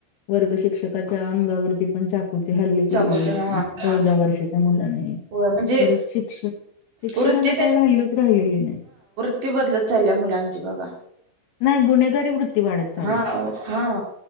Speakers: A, on the left; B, on the right.
A: वर्ग शिक्षकाच्या अंगावरती पण चाकू. किती हल्ले
B: चाकूच्या
A: केलेत
B: हा हा
A: चौदा वर्षाच्या मुलाने
B: होय म्हणजे
A: परत शिक्षक. शिक्षकांना
B: वृत्ती
A: काय व्हॅल्यूच राहिलेली नाही.
B: किती बदलत चाललीया मुलांची बघा.
A: नाही गुन्हेगारी वृत्ती वाढत चाललीया
B: हा हा